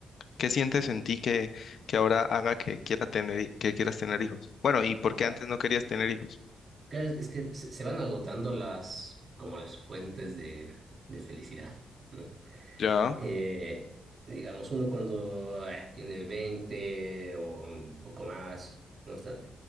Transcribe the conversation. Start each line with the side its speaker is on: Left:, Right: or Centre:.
Left: ¿qué sientes en ti que, que ahora haga que quiera tener, hi- que quieras tener hijos? Bueno, ¿y por qué
Right: Claro.
Left: antes no querías tener hijos?
Right: Claro, es es que se se van agotando las, como las fuentes de, de felicidad, ¿no?
Left: Ya,
Right: Eh, digamos, uno cuando eh, tiene 20 o un poco más, ¿no? Está-